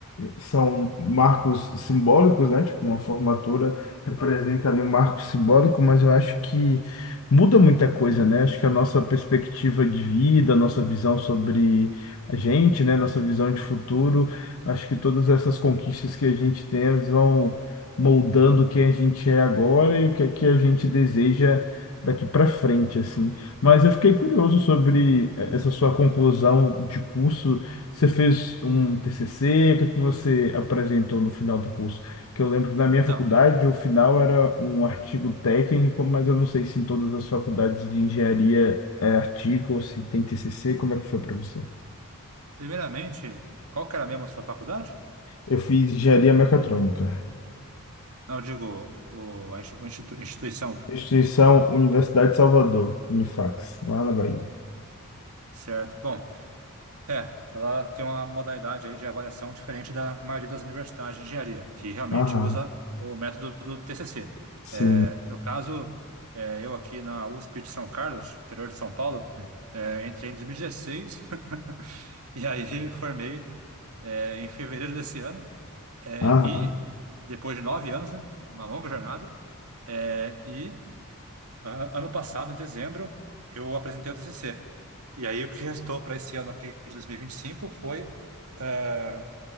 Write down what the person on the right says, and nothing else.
<laughs>
Então,
primeiramente, qual que era mesmo a sua faculdade?
Não, eu digo, o, a institu- instituição,
certo? Bom, É, ela tem uma modalidade aí de avaliação diferente da maioria das universidades de engenharia, que realmente
usa o método do TCC.
É, no caso, é, eu aqui na USP de São Carlos, interior de São Paulo, é, entrei em 2016 e dezesseis <laughs> e aí formei é, em fevereiro desse ano. É,
e depois de nove anos, né, uma longa jornada, é, e a- Ano passado, em dezembro, eu apresentei o TCC. E aí o que restou para esse ano aqui de dois mil e e vinte e cinco foi eh,